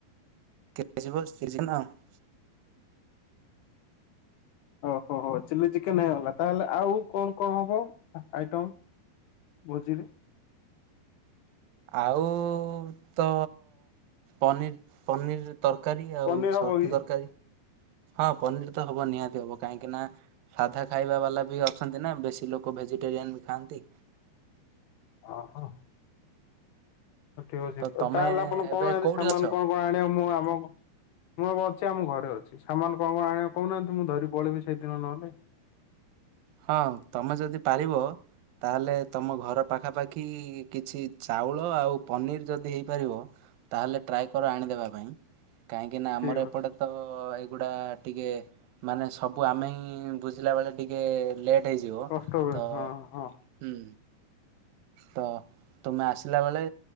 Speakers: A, on the right; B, on the left.
A: <unintelligible>
B: ଓହୋ ହୋ ଚିଲି ଚିକେନ ହେଇଗଲା ତାହେଲେ ଆଉ କଣ କଣ ହବ ଆଇଟମ? ଭୋଜିରେ।
A: ଆଉ ତ ପନିର୍ ପନିର୍। ତରକାରୀ ଆଉ
B: ପନିର
A: ଛତୁ
B: ହବ କି
A: ତରକାରୀ ହଁ ପନିର ତ ହବ ନିହାତି ହବ କାହିଁକି ନା ସାଧା ଖାଇବା ବାଲା ବି ଅଛନ୍ତି ନା ବେଶୀ ଲୋକ ଭେଜିଟେରିଆନ୍ ବି ଖାଆନ୍ତି।
B: ଓହୋ। ହଉ ଠିକ୍
A: ତ
B: ଅଛି
A: ତମେ
B: ତା ହେଲେ ଆପଣ କଣ
A: ଏବେ
B: ଆଣି
A: କୋଉଠି
B: ସାମାନ
A: ଅଛ?
B: କଣ କଣ ଆଣିବ ମୁଁ ଆମ ମୁଁ ଅଛି ଆମ ଘରେ ଅଛି ସାମାନ କଣ କଣ ଆଣିବ କହୁନାହାନ୍ତି ମୁଁ ଧରି ପଳେଇବି ସେଇଦିନ ନହେଲେ।
A: ହଁ ତମେ ଯଦି ପାରିବ ତା ହେଲେ ତମ ଘର ପାଖାପାଖି କିଛି ଚାଉଳ ଆଉ ପନିର ଯଦି ହେଇପାରିବ ତାହେଲେ ଟ୍ରାଏ କର ଆଣିଦେବା ପାଇଁ କାହିଁକି ନା
B: ଠିକ
A: ଆମର ଏପଟେ
B: ଅଛି
A: ତ ଏଇଗୁଡ଼ା ଟିକେ ମାନେ ସବୁ ଆମେ ହିଁ ବୁଝିଲା ବେଳେ ଟିକେ ଲେଟ୍। ଟ୍ ହେଇଯିବ
B: କଷ୍ଟ ହୁଏ
A: ତ
B: ହଁ ହଁ
A: ହୁଁ। ତ ତୁମେ ଆସିଲା ବେଳେ